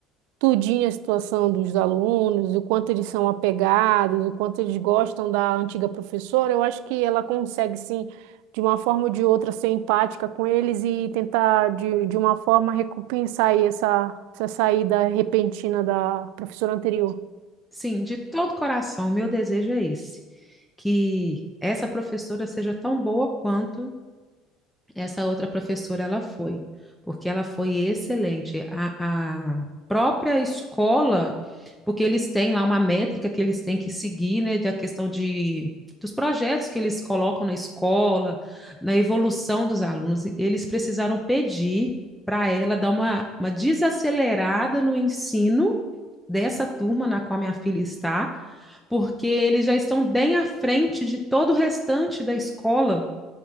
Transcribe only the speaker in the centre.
sim, de todo coração, meu desejo é esse, que essa professora seja tão boa quanto Essa outra professora, ela foi, porque ela foi excelente. A, a própria escola, porque eles têm lá uma métrica que eles têm que seguir, né, da questão de dos projetos que eles colocam na escola, na evolução dos alunos, eles precisaram pedir para ela dar uma, uma desacelerada no ensino dessa turma na qual minha filha está, porque eles já estão bem à frente de todo o restante da escola